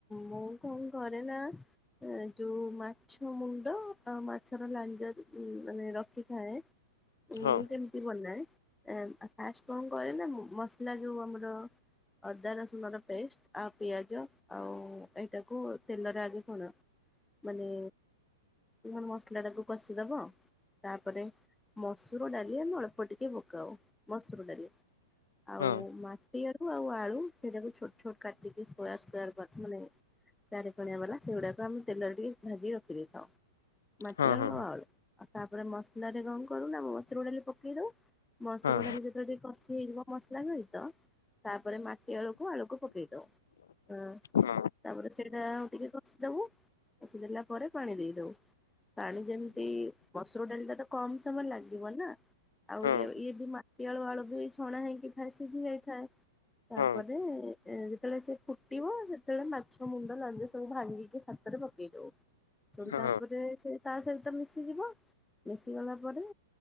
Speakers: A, in the centre; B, on the left.
A: ମୁଁ କଣ ଘରେ ନା। ଯୋଉ ମାଛ ମୁଣ୍ଡ ମାଛର ଲାଞ୍ଜ ମାନେ ର କି ଥାଏ
B: ହଁ
A: ମୁଁ ସେମି କି ବନାଏ ଏ ଫାର୍ଷ୍ଟେ କଣ କରେ ନା ମସଲା ଯୋଉ ଆମର ଅଦା ର ଶୁଣ ର ପେଷ୍ଟ ଆଉ ପିଆଜ ଆଉ ଏଇଟାକୁ ତେଲରେ ଆଗେ କଣ ମାନେ ବିହନ ମସଲା ଟାକୁ କଷିଦବ ତାପରେ ମସୁର ଡାଲି ଆମେ ଅଳପ ଅଳପ ଟିକେ ପକାଓ ମସୁର ଡାଲି ଆଉ
B: ହଁ
A: ମାଟିଆଳୁ ଆଉ ଆଳୁ ସେଇଟାକୁ ଛୋଟ ଛୋଟ କାଟିକି ସ୍କୋୟାର ସ୍କୋୟାର ମାନେ ଚାରିକଣିଆବାଲା ସେଗୁଡା ତାମ୍ ତେଲରେ ଟିକେ ଭାଜି କି ରଖିଦେଇଥାଓ ମାଟି
B: ହଁ
A: ଆଳୁ
B: ହଁ
A: ଆଉ ଆଳୁ ଆଉ ତାପରେ ମସଲା ରେ କଣ କରୁ ନା ମସୁର ଡାଲି ପକେଇ ଦଉ ମସୁର
B: ହଁ
A: ଡାଲି ଯେ ଯଦି କଷି ହେଇଯିବ ମସଲା ସହିତ ତାପରେ ମା ଟି ଆଳୁ କୁ ଆଳୁ କୁ ପକେଇ ଦବୁ ହୁଁ।
B: ହଁ
A: ତାପରେ ସେଇଟା ଟିକେ କଷିଦବୁ କଷିଦେଲା ପରେ ପାଣି ଦେଇଦବୁ। ପାଣି ଯେମିତି ମସୁର ଡାଲି ଟା ତ କମ ସମୟ ଲାଗିବ ନା। ଆଉ
B: ହଁ
A: ଇଏ ଇଏବି ମାଟିଆଳୁ, ଆଳୁ ବି ଛଣା ହେଇକି ଥାଏ ସିଝି ଯାଇଥାଏ। ତାପରେ
B: ହଁ
A: ଯେତେବେଳେ ସେ ଫୁଟିବ ସେତେବେଳେ ମାଛ ମୁଣ୍ଡ, ଲାଞ୍ଜ, ସବୁ ଭାଙ୍ଗିକି ହାତରେ ପକେଇ ଦଉ ତେଣୁ
B: ହଁ
A: ତାପରେ ସେ ତାସହିତ ମିଶିଯିବ ମିଶି ଗଲାପରେ